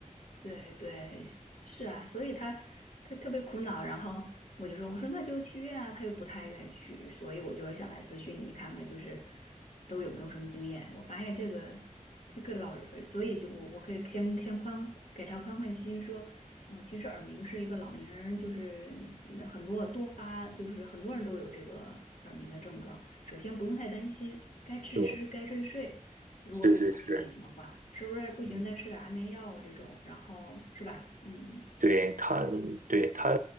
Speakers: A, on the left; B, on the right.
A: 对对，是是啊，所以他他特别苦恼，然后我就说，我说那就去医院啊，他又不太愿意去，所以我就想来咨询你看看，就是都有没有什么经验。我发现这个这个老人，所以就我我可以先先宽给他宽宽心，说，呃，其实耳鸣是一个老年人，就是嗯很多多发，就是很多人都有这个耳鸣的症状。首先不用太担心，该吃吃，
B: 对，
A: 该睡睡。如果不影响睡眠的话，
B: 是是是，
A: 是不是不行再吃点安眠药啊这种？
B: 嗯，
A: 然后是吧？嗯，
B: 对他，对他